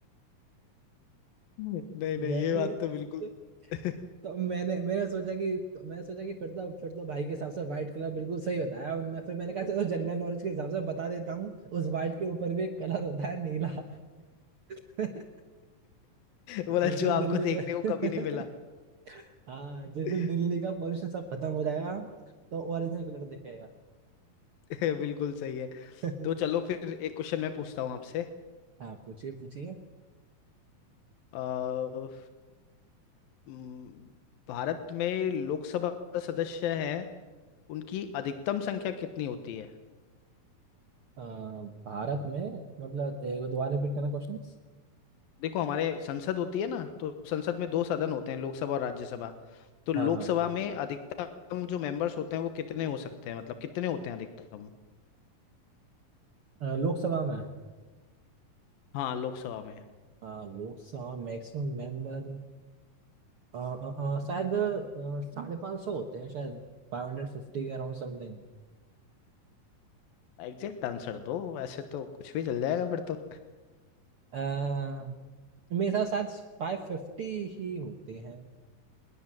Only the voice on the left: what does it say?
<laughs> नहीं
नहीं ये
बात तो बिल्कुल <laughs>
बोला
जो आपको
देखने
को कभी नहीं मिला
<laughs>
<laughs> बिल्कुल सही है
तो चलो फिर एक क्वेश्चन मैं पूछता हूँ आपसे
अ, म, भारत में लोकसभा सदस्य हैं उनकी अधिकतम संख्या कितनी होती है
देखो हमारे संसद होती है ना तो संसद में दो सदन होते हैं लोकसभा और राज्यसभा तो लोकसभा
में अधिकतम जो मेंबर्स होते हैं वो कितने हो सकते हैं मतलब कितने होते हैं अधिकतम
हाँ लोकसभा में
एग्जैक्ट आंसर दो वैसे तो कुछ भी चल जाएगा फिर तो।